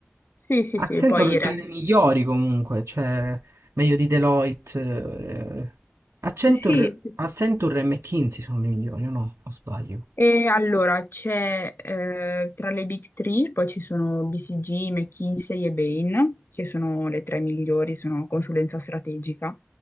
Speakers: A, on the left; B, on the right.
A: sì, sì,
B: Accenture
A: sì, poi in
B: tra
A: realtà...
B: le migliori comunque, cioè meglio di Deloitte. eh. Accenture,
A: Sì, sì. sì.
B: Accenture e McKinsey sono le migliori, o no? O sbaglio?
A: E allora c'è eh, tra le Big Three, poi ci sono BCG, McKinsey e Bain, che sono le tre migliori, sono consulenza strategica,